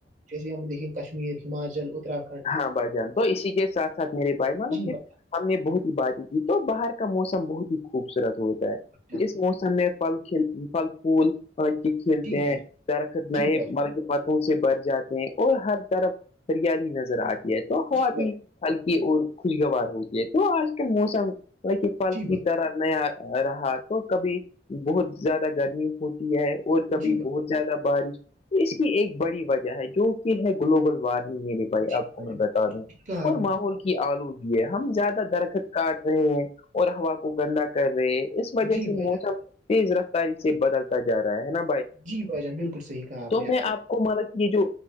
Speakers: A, on the right (about 45°); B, on the left (about 35°).
A: ھے یہ دیکھی گ کشمیر ہماچل اتاکنڈ
B: ہاں بھ جان تو اسی کے ساتھ ساتھ میرے بھائی مالکے
A: جی بھائی
B: ہم نے بہت ہی باتیں کی تو باہر کا موسم بہت ہی خوبصورت ہوتا ہے
A: جان
B: اس موسم میں پھل ک پھل پھول بکی کھیلتے
A: جی
B: ہیں
A: بھائی
B: کیا رکھت
A: جان،
B: نہیں
A: جی بھائی جان،
B: بک پتوں سے بر جاتے ہیں اور ہر طرف ہریالی نظر آتی ہے تو
A: جی
B: خواب بھی
A: بھائی جان،
B: ہلکی اور خوشگوار ہوتی ہے تو آج کل موسم وس پھل
A: جی بھائی
B: کی طرح نیا رہا تو کبھی بہت زیادہ گرمی ہوتی اور کبھی
A: جی بھائی
B: بہت زیادہ بارش اس کی ایک بڑی وجہ ہے جو کہ ہے گلوبل وارمنگ م لی پائی
A: جان،
B: اب ل
A: جی بھائی جان
B: بتا دیں
A: صحیح کہا آپ
B: اور
A: نے
B: ماحول کی آلودگی ہے ہم زیادہ درخت کاٹ رہے ہیں اور ہوا کو گندا کر رہے اس وجہ
A: جی
B: سے
A: بھائی
B: موسم
A: جان
B: تیز رفتاری سے بدلتا جا رہا ہے نا
A: جی بھائی جان بالکل صح کہا آپ
B: تو
A: نے
B: میں کو مطلب کہ یہ جو